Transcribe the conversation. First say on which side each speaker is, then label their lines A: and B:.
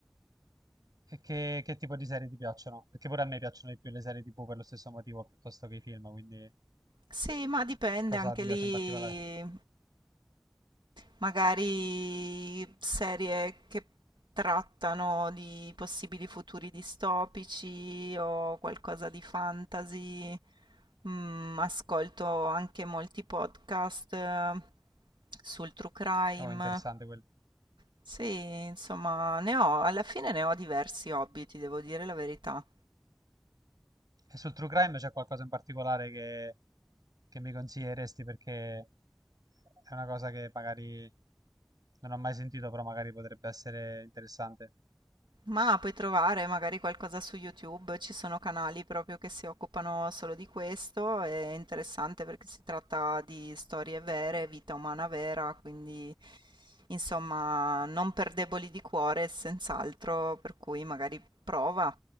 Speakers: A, on the right; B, on the right.
A: E che, che tipo di serie ti piacciono? Perché pure a me piacciono di più le serie TV per lo stesso motivo, piuttosto che i film, quindi
B: Sì, ma dipende
A: cosa
B: anche
A: ti piace
B: lì.
A: in particolare?
B: magari serie che trattano di possibili futuri distopici o qualcosa di fantasy. Mm, ascolto anche molti podcast eh, sul true crime.
A: Oh, interessante quello.
B: Sì, insomma, ne ho, alla fine ne ho diversi hobby, ti devo dire la verità.
A: E sul True Crime c'è qualcosa in particolare che, che mi consiglieresti perché è una cosa che magari non ho mai sentito, però magari potrebbe essere interessante.
B: Ma puoi trovare magari qualcosa su YouTube, ci sono canali proprio che si occupano solo di questo, è interessante perché si tratta di storie vere, vita umana vera, quindi insomma non per deboli di cuore, senz'altro, per cui magari prova,